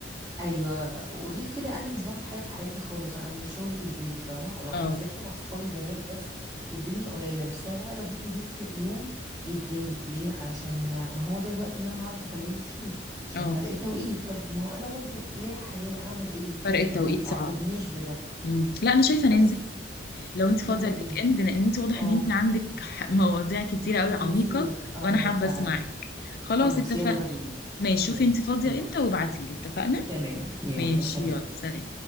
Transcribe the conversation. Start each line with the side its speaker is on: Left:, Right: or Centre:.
Right: ايوه وغير كده انا مش بعمل حاجه في حياتي خالص انا من الشغل للبيت فاهمه ولو
Left: اه
Right: نزلت مع صحابي بنات بس والدنيا قليله بس انا بقى لو جيت نزلت يوم يتضايق ليه علشان ما هو ده الوقت اللي انا هعرف اكلمك فيه عشان
Left: اه
Right: فرق التوقيت طب ما هو انا برضو ليه حياه اعمل ايه
Left: فرق التوقيت
Right: ما انت ما أيوة. تعاقبنيش
Left: صعب
Right: بده
Left: مم. لا انا شايفه
Right: بس
Left: ننزل لو انت فاضيه
Right: يلا
Left: الويك
Right: بينا
Left: اند لان انت واضح
Right: اه
Left: ان انت عندك ح- مواضيع كتير قوي عميقه
Right: كتير اه
Left: وانا حابه
Right: فعلا
Left: اسمعك خلاص
Right: خلاص
Left: اتفقنا
Right: يلا بينا
Left: ماشي شوفي
Right: ماشي
Left: انت فاضيه
Right: يلا
Left: امتى وابعتيلي اتفقنا
Right: تمام يلا
Left: ماشي
Right: سلام
Left: يلا سلام